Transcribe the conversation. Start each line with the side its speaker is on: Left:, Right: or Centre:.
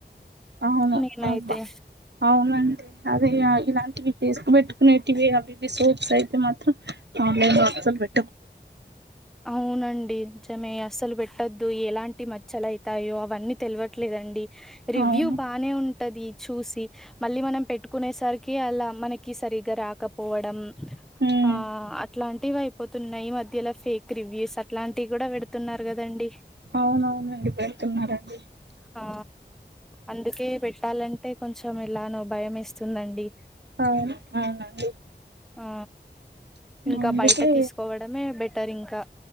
Right: అవును
Centre: మేమైతే
Right: అమా అవునండి అదే ఇలాంటివిసుకు పెట్టుకునేవి అవివి సోర్స్ అయితే మాత్రం ఆన్లైన్స పె
Centre: అవునండి జమే అస్సలు పెట్టొద్దు ఎలాంటి మచ్చలై తాయో అవన్నీ తెలివట్లేదండి రివ్యూ
Right: అవును
Centre: బానే ఉం ది చూశీ మళ్ళీ మనం పెట్టుకునేసరికి అలా మనకి సరిగా రాక. పోవడం
Right: ఉమ్
Centre: ఆ అట్లాంటివి అయిపోతున్నాయి ఈ మధ్యలా ఫేక్ రివ్యూస్ అట్లాం టివి గూడా పెడుతున్నారు గదండి.
Right: అవునవునండి పెడుతున్నారండి
Centre: ఆ అందుకే పెట్టాలంటే కొంచెం ఎలానో భయం ఏస్తుందండి.
Right: అవును అవునండి
Centre: ఆ ఇంకా
Right: అందుకే
Centre: బయట తీసుకోవడమే బెట్ టర్ ఇంకా